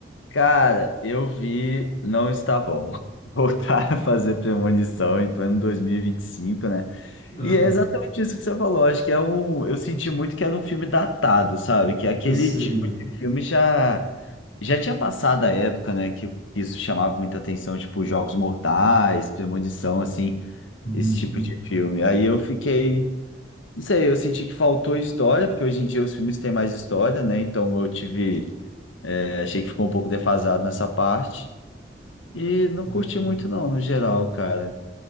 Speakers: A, on the left; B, on the left.
A: Cara, eu vi, não está bom. <laughs> Voltar a fazer premonição em plano 2025, né?
B: Ah,
A: E é exatamente isso que você falou. Acho que é um. Eu senti muito que era um filme datado, sabe? Que é aquele
B: sim.
A: tipo de filme já já tinha passado a época, né? Que, que isso chamava muita atenção, tipo Jogos Mortais, Premonição, assim,
B: Uhum,
A: esse tipo de filme. Aí eu fiquei. Não sei, eu senti que faltou história, porque hoje em dia os filmes têm mais história, né? Então eu tive, é, achei que ficou um pouco defasado nessa parte. E não
B: entendi.
A: curti muito não, no geral, cara.